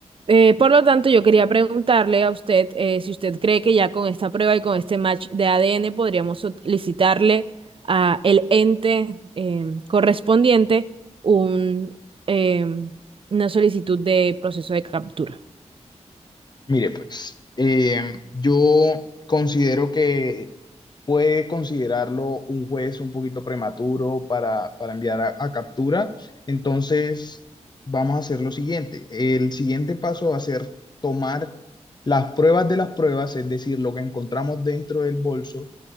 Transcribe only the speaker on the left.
mire, pues eh, yo considero que puede considerarlo un juez un poquito prematuro para, para enviar a, a captura. Entonces, vamos a hacer lo siguiente. El siguiente paso va a ser tomar las pruebas de las pruebas, es decir, lo que encontramos dentro del bolso